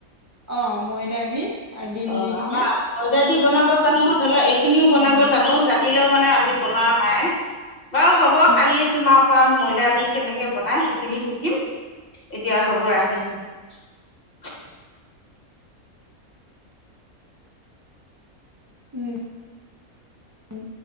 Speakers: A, on the right; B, on the left.
A: অ ময়দা দি। আৰু ডিম
B: অ আমাৰ
A: দি কিনে
B: ময়দা দি বনাব জানো। ধৰি ল এইখিনিও বনাব
A: উম
B: জানো। জানিলেও মানে আমি বনোৱা নাই। বাৰু হব
A: উম
B: কালি তোমাৰ খোৱা ময়দা দি কেনেকে বনাই সেইখিনি শিকিম। এতিয়া হব ৰাখিছো। <unintelligible>
A: উম উম।